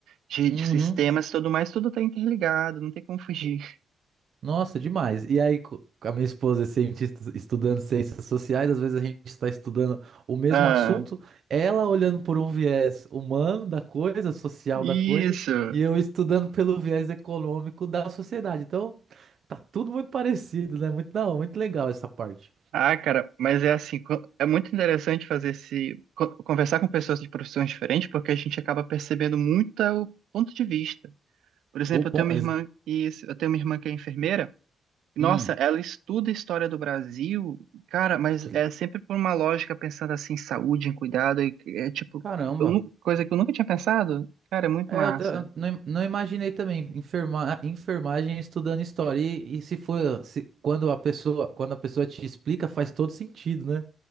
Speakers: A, on the right; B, on the right.
A: de,
B: Uhum.
A: de sistemas, tudo mais, tudo tá interligado, não tem como fugir.
B: Nossa, demais. E aí, co- a minha esposa é cientista estudando ciências sociais, às vezes a gente está estudando o mesmo
A: Ah,
B: assunto, ela olhando por um viés humano da coisa, social
A: isso.
B: da coisa, e eu estudando pelo viés econômico da sociedade. Então, tá tudo muito parecido, né? Muito da hora, muito legal essa parte.
A: Ah, cara, mas é assim, co- é muito interessante fazer esse, co- conversar com pessoas de profissões diferentes, porque a gente acaba percebendo muito o ponto de vista. Por exemplo,
B: O
A: eu
B: ponto,
A: tenho uma irmã que, eu tenho uma irmã que é enfermeira. Nossa,
B: hum,
A: ela estuda a história do Brasil, cara, mas
B: que le-
A: é sempre por uma lógica pensando assim, em saúde, em cuidado, e é tipo,
B: caramba.
A: eu nu- coisa que eu nunca tinha pensado. Cara, é muito
B: É,
A: massa.
B: eu, eu não, não imaginei também enferma, enfermagem estudando história. E, e se for, se, quando a pessoa, quando a pessoa te explica, faz todo sentido, né?